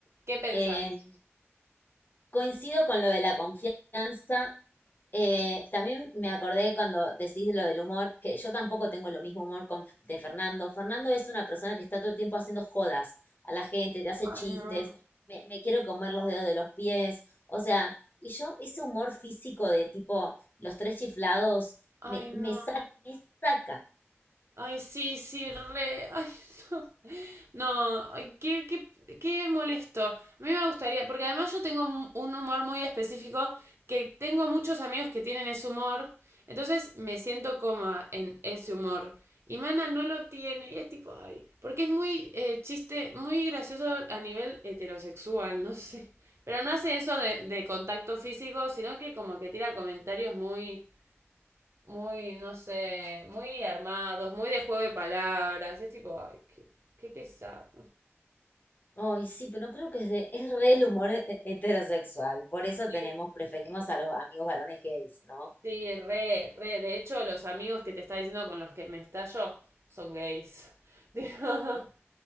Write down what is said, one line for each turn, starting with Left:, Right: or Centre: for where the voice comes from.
Right: qué pensás?
Left: Eh, coincido con lo de la confianza. Eh, también me acordé cuando decís lo del humor, que yo tampoco tengo lo mismo humor con- de Fernando. Fernando es una persona que está todo el tiempo haciendo jodas a la gente, te hace
Right: Ay,
Left: chistes,
Right: no.
Left: me, me quiero comer los dedos de los pies, o sea, y yo ese humor físico de tipo los tres chiflados
Right: Ay,
Left: me,
Right: no.
Left: me sa- me saca.
Right: Ay, sí, sí, re. Ay, <laughs> no. No, ay, qué, qué, qué molesto. A mí me gustaría, porque además yo tengo un un humor muy específico, que tengo muchos amigos que tienen ese humor, entonces me siento cómoda en ese humor. Y Mana no lo tiene, y es tipo, ay, porque es muy eh, chiste, muy gracioso a nivel heterosexual, no sé. Pero no hace eso de, de contacto físico, sino que como que tira comentarios muy muy, no sé, muy armados, muy de juego de palabras. Y es tipo, ay, qué, qué pesado.
Left: Ay, sí, pero creo que es, de, es re el humor he- heterosexual. Por eso
Right: Sí,
Left: tenemos, preferimos a los amigos varones gays, ¿no?
Right: sí, re, re. De hecho, los amigos que te está diciendo con los que me estallo son gays. <laughs> Digo,